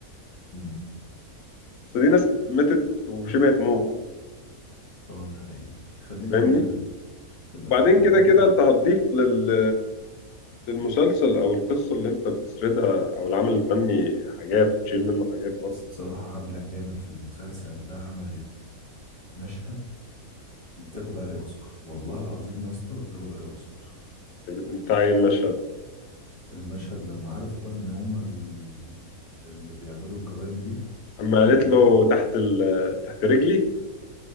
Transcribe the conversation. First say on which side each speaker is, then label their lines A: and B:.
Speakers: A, on the left; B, on the left.
A: امم
B: بس دي ناس ماتت وشبه تموت
A: اه ده حقيقي خلينا
B: فاهمني
A: يا عم في ال... في الأفلام
B: وبعدين كده
A: انت
B: كده انت هتضيف لل للمسلسل او القصه اللي انت بتسردها او العمل الفني حاجات وتشيل منه حاجات برضه
A: بس بصراحة عبلة كامل في المسلسل ده عملت مشهد دي تاخد عليه اوسكار والله العظيم يا اسطى تاخد عليه اوسكار
B: بتاع ايه المشهد
A: المشهد لما عرفوا بقى ان هما ال- اللي بيعملوا الجرائم دي
B: اما قالت
A: تمام
B: له تحت ال... تحت رجلي